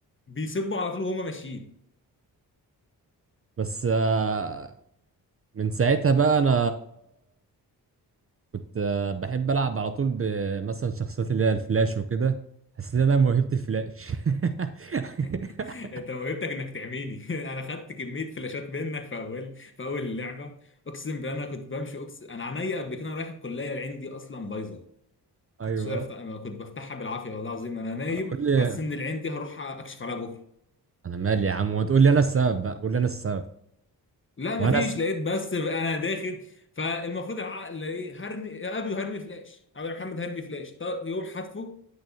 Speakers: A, on the left; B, on the right.
A: بيسبوا على طول وهما ماشيين
B: بس آه، من ساعتها بقى انا كنت آه، بحب العب على طول بمثلا شخصيات اللي هي الفلاش وكده حسيت ان انا موهبة الفلاش <laughs>
A: <laughs> انت موهبتك انك تعميني <laughs> انا خدت كميه فلاشات منك في اول في اول اللعبه اقسم بالله انا كنت بمشي اقسم انا عينيا قبل كده أنا رايح الكليه عندي اصلا بايظه كنتش
B: ايوه
A: عارف انا كنت بفتحها بالعافيه والله العظيم انا نايم
B: قول لي
A: على السن العين دي هروح اكشف عليها بكره
B: انا مالي يا عم وتقول لي انا السبب بقى قول لي انا السبب
A: لا
B: وانا
A: مفيش
B: الس...
A: لقيت بس انا داخل فالمفروض العقل ايه هرمي يا ابي هرمي فلاش ابي يا محمد هرمي فلاش طب يقوم حذفه